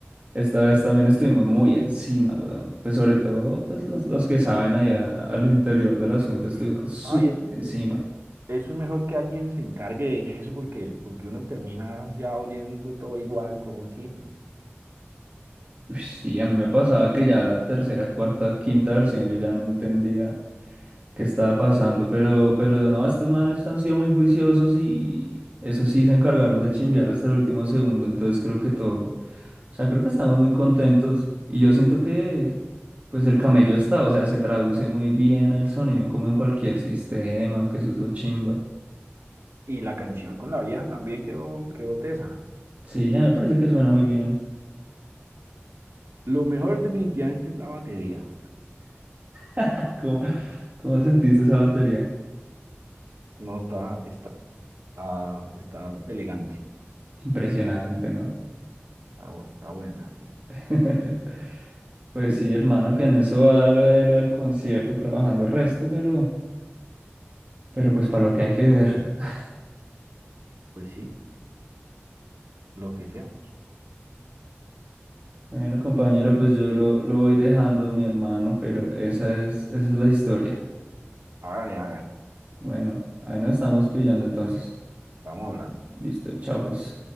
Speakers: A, on the right; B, on the right.
A: esta vez también estuvimos muy encima, weón. Pues sobre todo, pues los, los que saben allá al interior del asunto estuvieron
B: Sí.
A: súper
B: Ay, eso,
A: encima.
B: eh, eh, eso es mejor que alguien se encargue de eso porque, porque uno termina ya oyendo todo igual, como si,
A: Uy, sí, a mí me pasaba que ya la tercera, cuarta, quinta versión yo ya no entendía. que estaba pasando, pero, pero no, estos manes han sido muy juiciosos y eso sí se encargaron de chimbear hasta el último segundo, entonces creo que todo, o sea, creo que estamos muy contentos y yo siento que pues el camello está, o sea, se traduce muy bien el sonido como en cualquier sistema, que eso es lo chimba.
B: Y la canción con la vieja también quedó, quedó tesa.
A: Sí, a mí me parece que suena muy bien.
B: Lo mejor definitivamente es la batería.
A: <laughs> ¿Cómo, cómo sentiste esa batería?
B: No está, está, está elegante.
A: Impresionante, ¿no?
B: Está, bu- está buena, sí.
A: <laughs> Pues sí, hermano, que en eso va lo de- lo del concierto, trabajando el resto, pero... Pero pues para lo que hay que ver. <laughs>
B: Pues sí, lo que sea.
A: Bueno, compañero, pues yo lo, lo voy dejando, mi hermano, pero esa es, esa es la historia.
B: Hágale, hágale.
A: Bueno, ahí nos estamos pillando entonces.
B: Estamos hablando.
A: Listo, chao pues.